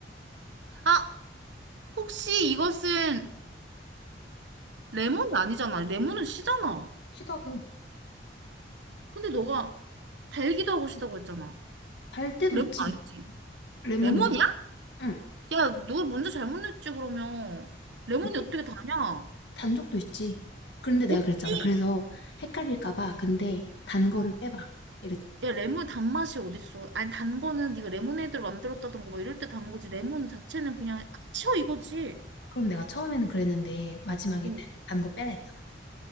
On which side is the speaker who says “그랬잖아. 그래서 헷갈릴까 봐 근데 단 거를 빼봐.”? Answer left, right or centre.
Left